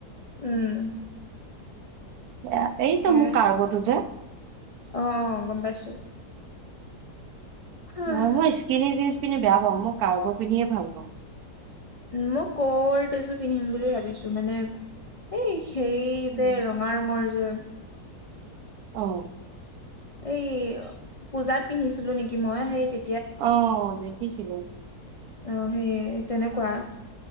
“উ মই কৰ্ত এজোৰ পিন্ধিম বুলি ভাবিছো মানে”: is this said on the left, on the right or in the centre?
Left